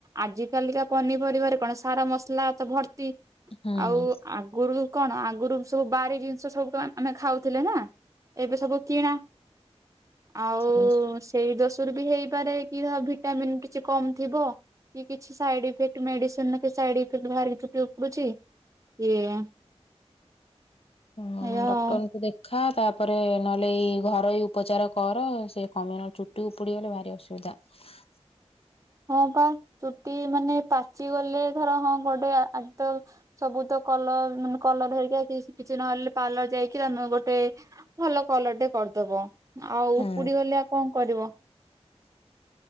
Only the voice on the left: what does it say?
ହୁଁ
ସେ
ହୁଁ ଡକ୍ଟରଙ୍କୁ
ଦେଖ। ଖା ତାପରେ ନହେଲେ ଏଇ ଘର ଏଇ ଉପଚାର କର ସେ କମି ନହେଲେ ଚୁଟି ଉପୁଡିଗଲେ ଭାରି ଅସୁବିଧା। ହଁ
ହଁ